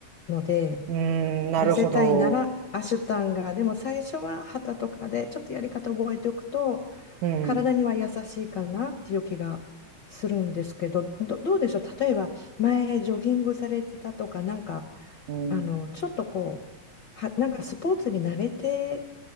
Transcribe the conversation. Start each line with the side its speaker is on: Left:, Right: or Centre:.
Left: ので、
Right: うーん、なるほど。
Left: 痩せたいならアシュタンガ、でも最初は旗とかでちょっとやり方覚えておくと
Right: うん。
Left: 体には優しいかなっていう気がするんですけど、ど、どうでしょう、例えば前ジョギングされてたとか、なんか
Right: うん。
Left: あのちょっとこう、は、なんかスポーツに慣れて